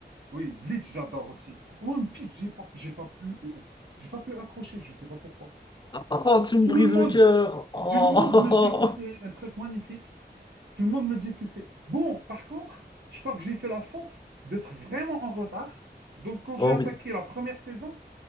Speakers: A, on the right; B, on the left.
A: Oui, Bleach, j'adore aussi. One Piece, j'ai pas, j'ai pas pu, euh, j'ai pas pu accrocher, je sais pas pourquoi.
B: Oh, tu me
A: Tout
B: brises
A: le monde,
B: le cœur. Oh,
A: tout le monde me dit que c'est un truc magnifique. Tout le monde me dit que c'est... Bon, par contre, je crois que j'ai fait la faute d'être vraiment en retard. Donc, quand
B: <laughs>
A: j'ai
B: oh
A: attaqué
B: oui.
A: la première saison,